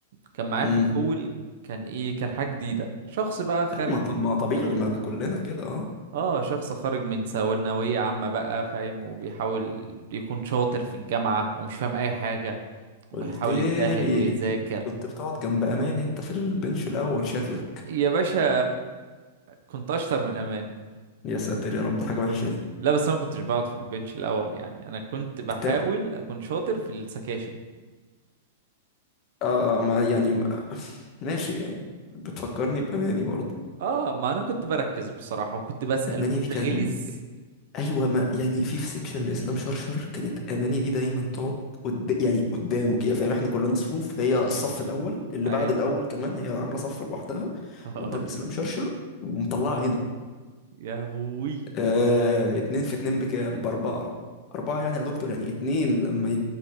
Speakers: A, on the right; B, on the left.
A: كان معايا
B: امم
A: في الاول كان ايه كان حاجه جديده شخص بقى خارج
B: ما ط- ما
A: من
B: طبيعي
A: ثانوي
B: ما ده كلنا كده اه
A: اه شخص خارج من ثانويه عامه بقى فاهم وبيحاول يكون شاطر في الجامعه ومش فاهم اي حاجه وبيحاول
B: قلت
A: يجتهد
B: لي
A: ويذاكر
B: كنت بتقعد جنب أماني أنت في البنش الأول شكلك
A: يا باشا كنت اشطر من اماني
B: يا ساتر يا رب ده حاجة وحشة دي
A: لا بس انا ما كنتش بقعد في البنش الاول يعني انا كنت بحاول
B: التاني
A: اكون شاطر في السكاشن
B: اه آه، ما يعني ما ماشي يعني بتفكرني بأماني برضه
A: اه ما انا كنت بركز بصراحة وكنت بسأل
B: أماني
A: وكنت
B: دي كان
A: غلس
B: ايوه ما يعني في في سيكشن لاسلام شرشر كانت اماني دي دايما تقعد قد... يعني قدامه كده فاهم احنا كلنا صفوف هي الصف
A: اهي
B: الاول اللي
A: اهي
B: بعد الاول كمان هي عامله صف لوحدها
A: <laughs>
B: قدام
A: آه،
B: اسلام شرشر ومطلعه
A: آه.
B: عينه
A: يا ابوي
B: آه... اتنين في اتنين بكام باربعه اربعه يعني يا دكتور يعني اتنين لما